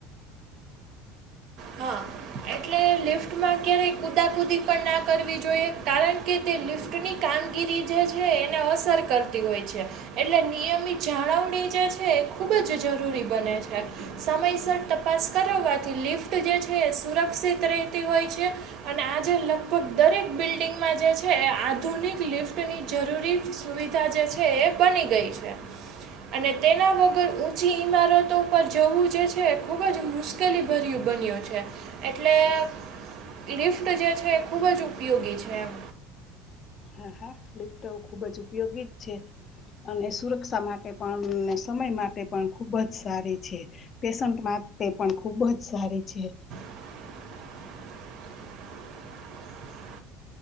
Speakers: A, on the right (about 60°); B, on the left (about 40°).
A: હા એટલે લિફ્ટમાં ક્યારેય કુદા કુદી પણ ના કરવી જોઈએ કારણ કે તે લિફ્ટની કામગીરી જે છે એને અસર કરતી હોય છે એટલે નિયમિત જાળવણી જે છે ખૂબ જ જરૂરી બને છે સમયસર તપાસ કરાવવાથી લિફ્ટ જે છે એ સુરક્ષિત રહેતી હોય છે અને આજે લગભગ દરેક બિલ્ડિંગમાં જે છે એ આધુનિક લિફ્ટની જરૂરી સુવિધા જે છે એ બની ગઈ. એ છે. અને તેના વગર ઊંચી ઈમારતો પર જવું જે છે એ ખુબ જ મુશ્કેલી ભર્યું બન્યો છે. એટલે લિફ્ટ જે છે એ ખૂબ જ ઉપયોગી છે એમ
B: હા હા લેપટોપ ખુબ જ ઉપયોગી જ છે. અને સુરક્ષા માટે પણ ને સમય માટે પણ ખુબજ સારી છે પેશન્ટ માટે તે પણ ખુબ જ સારી છે.
A: <inaudible>